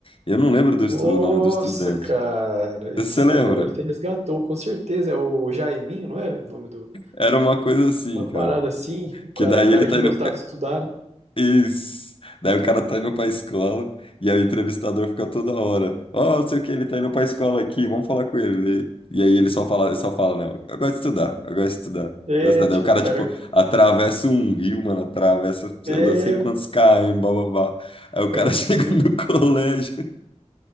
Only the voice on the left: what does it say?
Eu não lembro do estu-
o nome do estudante.
Você
lembra?
Era uma coisa assim,
cara.
Que daí
ele tá
indo
Isso. Daí o cara tá indo pra escola e aí o entrevistador fica toda hora. Ó, não sei o que, ele tá indo pra escola aqui, vamos falar com ele. E aí ele só fala, ele só fala, não, eu gosto de estudar, eu gosto de estudar. eu gosto
de estudar."
Daí o cara,
tipo, atravessa um rio, mano, atravessa,
anda sei quantos
km, bababá. Aí o
cara <laughs> chega
no colégio,